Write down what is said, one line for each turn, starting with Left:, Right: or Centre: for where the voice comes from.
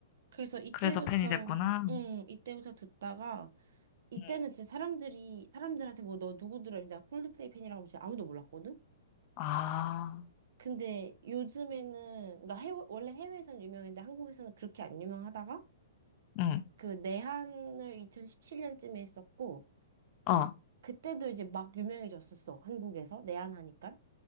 Right: 그래서 이때부터
Left: 그래서 팬이 됐구나.
Right: 음, 이때부터 듣다가 이때는
Left: 응.
Right: 진짜 사람들이 사람들한테 뭐 너 누구 들어? 내가 콜드플레이 팬이라고 하면 진짜 아무도 몰랐거든.
Left: 아,
Right: 근데 요즘에는, 그러니까 해외, 원래 해외에서는 유명했는데 한국에서는 그렇게 안 유명하다가
Left: 응,
Right: 그 내한을 2017년쯤에 했었고,
Left: 어,
Right: 그때도 이제 막 유명해졌었어. 한국에서. 내한하니까.